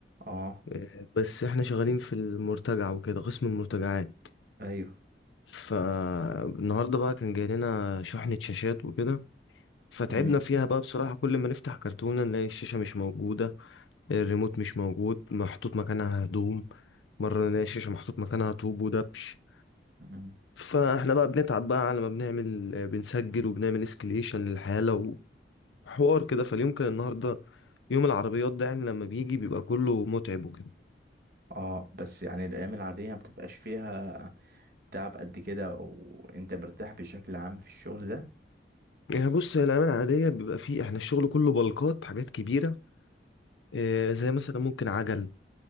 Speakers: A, on the right; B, on the left.
A: اه
B: آه، بس احنا شغالين في المرتجع وكده قسم المرتجعات
A: ايوه
B: فالنهارده بقى كان جاي لنا شحنة شاشات وكده فتعبنا
A: مم.
B: فيها بقى بصراحة كل ما نفتح كرتونة نلاقي الشاشة مش موجودة الريموت مش موجود محطوط مكانها هدوم مرة نلاقي الشاشة محطوط مكانها طوب ودبش
A: مم.
B: فاحنا بقى بنتعب بقى على ما بنعمل بنسجل وبنعمل اسكليشن للحالة وحوار كده فاليوم كان النهاردة يوم العربيات ده يعني لما بيجي بيبقى كله متعب وكده
A: اه بس يعني الايام العاديه ما بتبقاش فيها تعب قد كده او انت مرتاح بشكل عام في الشغل ده
B: يعني بص هي الأيام العادية بيبقى فيه احنا الشغل كله بلقات حاجات كبيرة آه، زي مثلا ممكن عجل